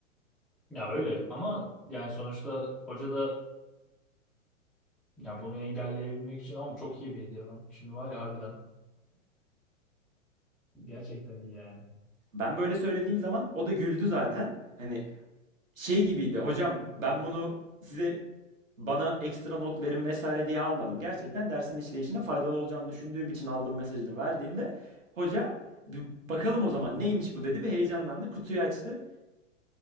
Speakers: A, in the centre; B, on the right.
A: Ya öyle ama yani sonuçta hoca da ya bunu engelleyebilmek için ama çok iyi bir hediye lan. Şimdi var ya harbiden. Gerçekten iyi yani.
B: Ben böyle söylediğim zaman o da güldü zaten. Hani şey gibiydi. Hocam ben bunu size bana ekstra not verin vesaire diye almadım. Gerçekten dersin işleyişine faydalı olacağını düşündüğüm için aldım mesajını verdiğimde hoca bir bakalım o zaman neymiş bu dedi ve heyecanlandı. Kutuyu açtı.